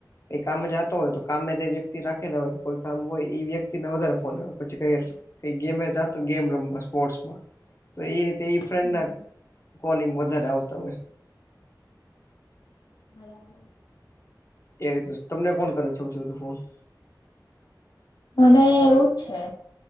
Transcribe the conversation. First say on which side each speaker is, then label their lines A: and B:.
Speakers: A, on the left (about 40°); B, on the left (about 70°).
A: એ કામ જતો હોય તો કામ જે વ્યક્તિ રાખેલા હોય કોઈ કામ હોય એ વ્યક્તિને વધારે ફોન આવે પછી ક કઈ ગેમે જા તો ગેમ રમવા સ્પોર્ટસમાં તો એ રીતે તે એ ફ્રેન્ડના
B: હમ
A: કોલિંગ વધારે આવતા હોય.
B: બરાબર <unintelligible>
A: એ રીત તમને કોણ કરે છે સૌથી વધું ફોન
B: મને એવુંજ છે